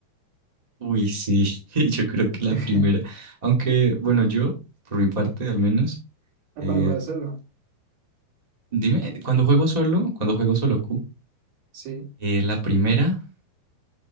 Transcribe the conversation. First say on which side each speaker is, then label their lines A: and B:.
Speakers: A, on the right; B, on the right.
A: Uy, sí, <laughs> yo creo
B: <laughs>
A: que la primera. Aunque, bueno, yo, por mi parte al menos,
B: a
A: eh,
B: cuando juega solo.
A: dime, eh, cuando juego solo, cuando juego solo Q,
B: Sí.
A: eh, la primera.